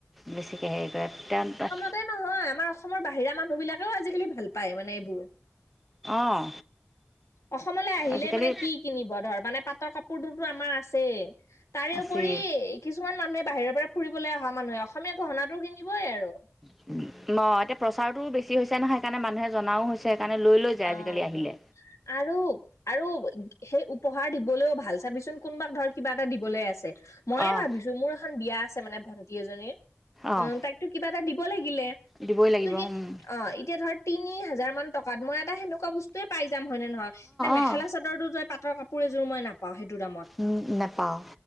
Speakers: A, in the centre; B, on the left (about 70°).
A: বেছিকৈ হেই কৰে, তেন তে
B: তাতে নহয় আমাৰ অসমৰ বাহিৰা মানুহ বিলাকেও আজিকালি ভাল পায় মানে এইবোৰ।
A: অঁ
B: অসমলে আহিলে
A: আজিকালি
B: মানে কি কিনিব ধৰ মানে পাটৰ কাপোৰটোতো আমাৰ আছেই, তাৰেপৰি
A: আছে
B: কিছুমান মানুহে বাহিৰৰ পৰা ফুৰিবলে অহা মানুহে অসমীয়া গহনাটো কিনিবই আৰু।
A: ন্, এতিয়া প্ৰচাৰতোও বেছি হৈছে নহয় সেইকাৰণে মানুহে জনাও হৈ- ছে সেকাণে লৈ লৈ যায়
B: অঁ-
A: আজিকালি আহিলে
B: আৰু আৰু সেই উপহাৰ দিবলেও ভাল চাবিচোন কোনোবাক ধৰ কিবা এটা দিবলৈ আছে, মইয়ে
A: অঁ
B: ভাবিছোঁ, মোৰ এখন বিয়া আছে মানে ভন্টি এজনীৰ।
A: অঁ
B: উ' তাইকতো কিবা এটা দিব লাগিলে,
A: দিবই লাগিব
B: লেকিন
A: অঁ
B: অ এতিয়া ধৰ তিনি হাজাৰমান টকাত মই এটা সেনেকুৱা বস্তুৱে পাই যাম হয় নে নহয়? নে মেখেলা-চাদৰ
A: অঁ
B: টো যে পাটৰ কাপোৰ এযোৰ মই নাপাওঁ সেইটো দামত।
A: উ নাপাৱ।